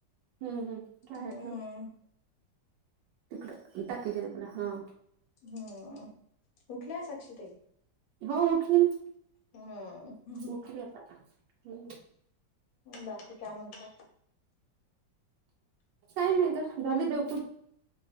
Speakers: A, on the right (about 80°); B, on the left (about 65°).
A: हम्म हम्म बाहेर
B: हम्म..
A: ठेव तिकडं टाकीच्या तिकडं हं..
B: हम्म उठल्या साक्ष ताई?
A: हो उठली,
B: हम्म
A: उठली आता हं.
B: बाकी काय म्हणता.
A: काय नाही गं, झाली देव